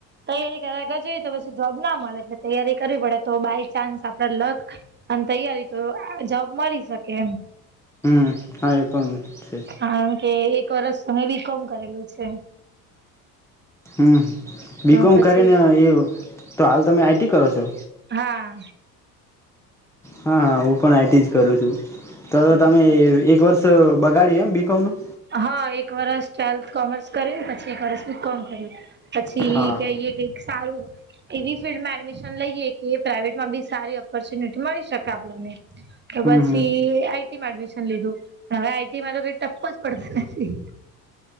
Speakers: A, on the right; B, in the centre.
A: તૈયારી કર જવી તો પછી જોબ ના મળે એટલે તૈયારી કરવી પડે તો બાય ચાન્સ આપડે લક અને તૈયારી તો જોબ મળી શકે
B: હમ હા એ પણ છે
A: કારણ કે એક વરષ તમે બી કોમ કરેલું છે
B: હમ બીકોમ
A: પછી
B: કરે ને એ તો હાલ તમે આઈ એ કર છો
A: હા
B: હા હા હું પણ આઈટી જ કરું છું તો
A: બરોબર
B: તમે એક વર્ષ બ બગાડી એમ બી કઉુંનું.
A: હા એક વરસ ટ્વેલ્થ કોમર્સ કર પછી એક વર્સ બી કોમ કર પછી
B: હા
A: એ કઈ કઈ સારું એવી ફિલ્ડમાં એડમિશન લઈએ કે પ્રાઇવેટમાં બી સારી ઓપોર્ચ્યુનિટી મળી શકે આપણને
B: હમ
A: તો પછી
B: હમ
A: આઈ એડમિશન લીધું હવે આઈટીમાં તો ક ટપ્પ પતાના છેી